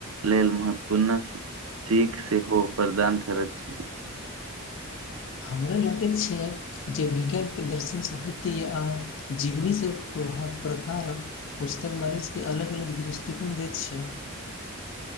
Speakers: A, on the right; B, on the left.
A: लेल महत्वपूर्ण सीख सेहो प्रदान करैत छै
B: हमरा लगैत छै जे विज्ञान प्रदर्शन साहित्य आ जीवनीसँ त ह प्रकार पुस्तक मारिट की अलग अलग दृष्टिकोन दैत छै ह